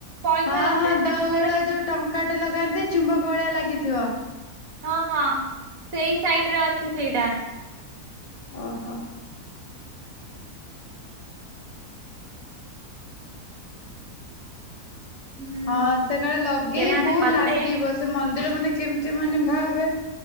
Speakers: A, on the right; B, on the left.
A: ପଇସା
B: ହଁ
A: ଗୋଟେ
B: ହଁ
A: କାନ୍ଥରେ
B: ଦୋଉଳରେ ଯୋଉ ଟଙ୍କାଟେ ଲଗାନ୍ତି ଚୁମ୍ବକ ଭଳିଆ ଲାଗିଥିବ।
A: ହଁ ହଁ ସେଇ ସାଇଟିରେ ଅଛି ସେଇଟା
B: ଓହୋ।
A: ହୁଁ
B: ହଁ ସେ କାଳେ ଲଗେଇବୁ
A: କେବେ ଆମେ ଗଲେ
B: ଲାଗିବ ସେ ମନ୍ଦିର ମାନେ କେମିତିମାନେ ଭାବେ